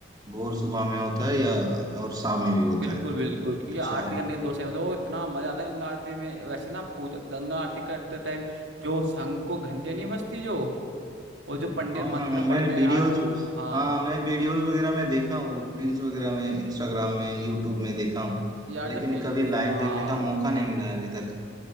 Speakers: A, on the right; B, on the right.
A: भोर सुबह में होता है या और शाम में भी होता
B: बिल्कुल
A: है
B: बिल्कुल क्योंकि
A: अच्छा
B: आरती
A: है
B: करने के दो समय होते हैं वो इतना मजा आता है गंगा आरती में वैसे ना पूजा गंगा आरती करते टाइम जो शंख को घंटे नहीं बजती जो वो जो पंडित
A: हाँ
B: मंत्र
A: हाँ हाँ,
B: पढ़ते
A: मैं वीडियोस
B: हैं यार हाँ
A: हाँ मैं वीडियोस वगैरह में देखा हूँ रील्स वगैरह में इंस्टाग्राम में यूट्यूब में देखा हूँ
B: यार
A: लेकिन
B: जब फे,
A: कभी लाइव
B: हाँ
A: देखने का मौका नहीं मिला है अभी तक